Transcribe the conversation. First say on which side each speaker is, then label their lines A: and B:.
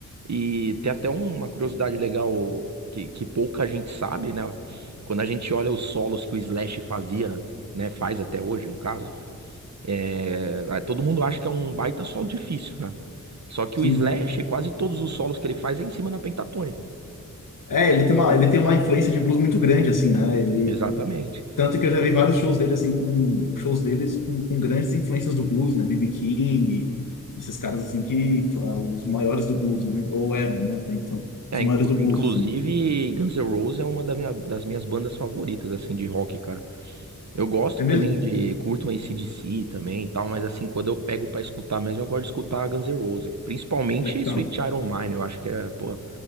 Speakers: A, on the right; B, on the left.
A: E tem até uma curiosidade legal que, que pouca gente sabe, né? Quando a gente olha os solos que o Slash fazia, né? Faz até hoje, no caso, é, todo mundo acha que é um baita solo difícil, né? Só que
B: Sim.
A: o Slash, quase todos os solos que ele faz é em cima da pentatônica.
B: É, ele tem uma, ele tem uma influência de blues muito grande, assim, né? Ele,
A: Exatamente.
B: Tanto que eu já vi vários shows dele, assim, com shows deles com, com grandes influências do blues, né? B.B. King, esses caras, assim, que foram os maiores do blues, né? Ou eram, né? Até então,
A: É,
B: os maiores
A: inclu-
B: do blues,
A: inclusive,
B: assim.
A: Guns N' Roses é uma da minha- das minhas bandas favoritas, assim, de rock, cara. Eu gosto
B: É mesmo?
A: também de, curto um D C também e tal, mas assim, quando eu pego pra escutar mesmo, eu gosto de escutar Guns N' Roses, principalmente
B: Le-
A: Sweet
B: Então,
A: Child O' Mine, eu acho que é, pô,